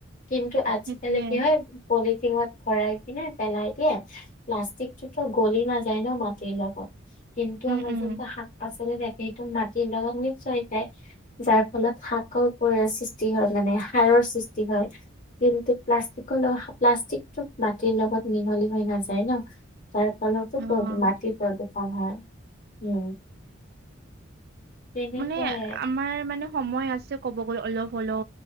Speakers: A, on the left (about 40°); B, on the right (about 50°).
A: কিন্তু আজিকালি
B: সেইটোয়ে
A: কি হয় পলিথিনত ভৰাই কিনে পেলাই দিয়ে প্লাষ্টিকটোতো গলি নাযায় ন মাটিৰ লগত কিন্তু
B: উম
A: আমাৰ
B: উম
A: শাক পাচলি থাকে সেটো মাটি লগত মিক্স হৈ যায়। যাৰ ফলত শাকৰ পৰিৰ সৃষ্টি হয় মানে সাৰৰ সৃষ্টি হয়। কিন্তু প্লাষ্টিকৰ লগ প্লাষ্টিকটোক মাটিৰ লগত মিহলি হৈ না যায় ন তাৰ ফলততো
B: অ
A: মাটিত প্ৰদূষণ হয় উম। তেনেকুৱাই
B: মানে আমাৰ মানে সময় আছে কব গ'লে অলপ হলও।